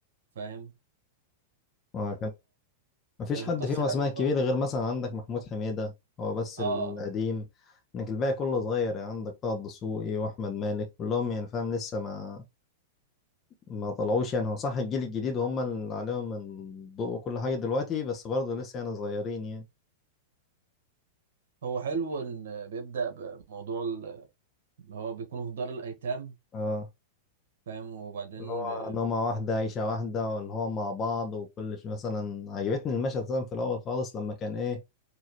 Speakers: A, on the right; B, on the left.
A: فاهم
B: ما كان مفيش
A: كانت
B: حد
A: القصة
B: فيهم اسماء
A: حلوة ان
B: كبيرة
A: هو
B: غير مثلا عندك محمود حميدة هو بس
A: اه
B: القديم انك الباقي كله صغير يعني عندك طه الدسوقي واحمد مالك كلهم يعني فاهم لسه ما ما طلعوش يعني هو صح الجيل الجديد هم اللي عليهم الضوء وكل حاجة دلوقتي بس برضه لسه يعني صغيرين يعني
A: هو حلو ان بيبدأ بموضوع ال- اللي هو بيكونوا في دار الايتام
B: اه
A: فاهم وبعدين
B: اللي هو
A: ب...
B: نومة واحدة عيشة واحدة واللي هو مع بعض وكل شيء مثلا عجبتني المشهد مثلا في الأول خالص لما كان إيه